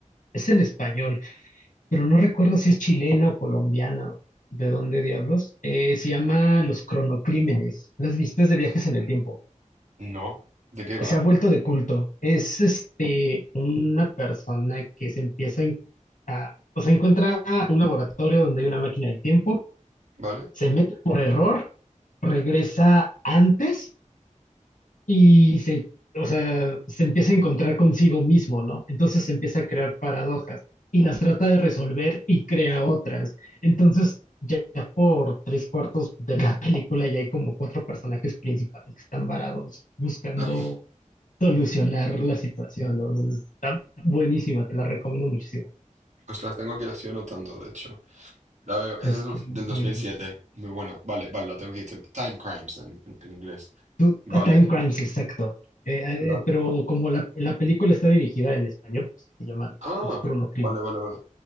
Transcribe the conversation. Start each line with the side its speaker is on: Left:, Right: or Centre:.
Left: es en español, pero no recuerdo si es chilena o colombiana, de dónde diablos. Eh, se llama Los Cronocrímenes, las vistas de viajes en el tiempo.
Right: No. ¿De qué va?
Left: Se ha vuelto de culto. Es este una persona que se empieza en- a, o sea, encuentra un laboratorio donde hay una máquina del tiempo,
Right: ¿Vale?
Left: se mete por error, regresa antes y se, o sea, se empieza a encontrar consigo mismo, ¿no? Entonces se empieza a crear paradojas y las trata de resolver y crea otras. Entonces, ya por tres cuartos de la <laughs> película ya hay como cuatro personajes principales que están varados buscando
Right: <laughs>
Left: solucionar la situación, ¿no? O sea, Está buenísima, te la recomiendo muchísimo.
Right: Ah, pues las tengo aquí, las estoy anotando, de hecho. La veo, esa
Left: Las-
Right: es del
Left: películas-
Right: del 2007. Muy buena. Vale, vale, la tengo aquí. Time Crimes en, en- en inglés.
Left: tú-
Right: Vale.
Left: A Time Crimes, exacto. Eh,
Right: La-
Left: eh, pero como la, la película está dirigida en español, pues, se llaman
Right: Ah,
Left: los, los Chrono Crimes.
Right: vale, vale, vale.